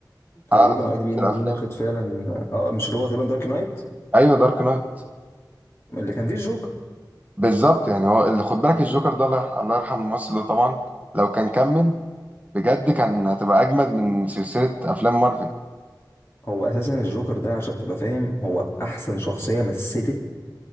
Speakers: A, on the left; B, on the right.
A: تقريبا
B: اعلى تقييم
A: اي دي بي ام
B: في الافلام
A: دي واخد فعلا اه مش اللي هو تقريبا دارك نايت
B: ايوه دارك نايت
A: اللي كان فيه الجوكر
B: بالظبط يعني هو اللي خد بالك الجوكر ده الله يرح- الله يرحم الممثل ده طبعا لو كان كمل بجد كان هتبقى اجمد من سلسله افلام مارفل
A: هو اساسا الجوكر ده عشان تبقى فاهم هو احسن شخصيه مثلت